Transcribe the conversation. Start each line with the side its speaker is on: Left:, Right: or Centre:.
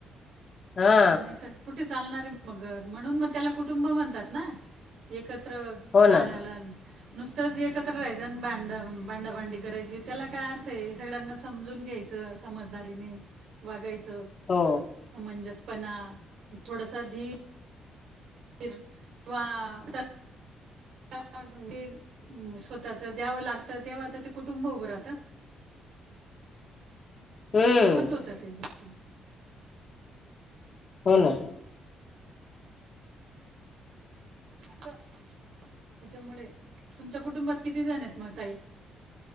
Left: हा
Right: नाहीत कुठे चालणार आहे मर म्हणून मग त्याला कुटुंब म्हणतात ना एकत.
Left: हो
Right: राण्या
Left: ना
Right: नु जे एकत्र राहाचं भांड भांड भांडी करायची त्याला काय? अर्थ सगळ्यांना समजून घ्यायचं समजदारीने वागायच.
Left: हो
Right: म्हजस पण थोडसा धी <unintelligible> हा. ते स्वतःच द्यावं लागत तेव्हा आता ते कुटुंब उभं राहत. <unintelligible>
Left: हम्म
Right: तेव्हाच होत त्या गोष्टी
Left: हो ना.
Right: अस त्याच्यामुळे तुमच्या कुटुंबात किती जण आहेत मग ताई.